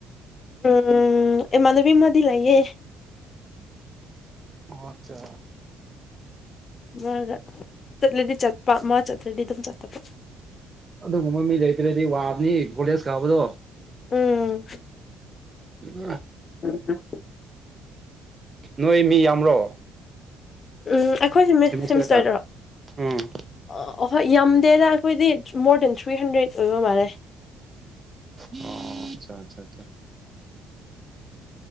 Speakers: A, on the left (about 40°); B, on the right (about 20°).
A: ꯎꯝ ꯏꯃꯕꯤ ꯃꯗꯤ ꯂꯥꯏꯌꯦꯦ
B: ꯑꯠꯆꯥ
A: ꯃꯥꯒ ꯆꯠꯂꯗꯤ ꯆꯠꯄ ꯃꯥ ꯆꯠꯇ꯭ꯔꯗꯤ ꯑꯗꯨꯝ ꯆꯠꯇꯕ
B: ꯑꯗꯨꯒꯨꯝꯕ ꯃꯤ ꯂꯩꯇ꯭ꯔꯗꯤ ꯋꯥꯕꯅꯤ ꯀꯣꯂꯦꯖ ꯀꯥꯕꯗꯣ
A: ꯎꯝ
B: ꯑ
A: ꯎꯝ
B: ꯅꯣꯏ ꯃꯤ ꯌꯥꯝꯔꯣ
A: ꯎꯝ ꯑꯩꯈꯣꯏꯁꯦ
B: ꯁꯦꯃꯤꯁꯇꯔꯗ
A: ꯁꯤꯦꯃꯤꯁꯇꯔꯗꯔꯣ
B: ꯎꯝ
A: ꯑ ꯑ ꯍꯣꯏ ꯌꯥꯝꯗꯦꯗ ꯑꯩꯈꯣꯏꯗꯤ ꯃꯣꯔ ꯗꯦꯟ ꯊ꯭ꯔꯤ ꯍꯟꯗ꯭ꯔꯦꯗ ꯑꯣꯏꯕ ꯃꯥꯜꯂꯦ
B: ꯑꯣ ꯑꯆꯥ ꯑꯆꯥ ꯑꯆꯥ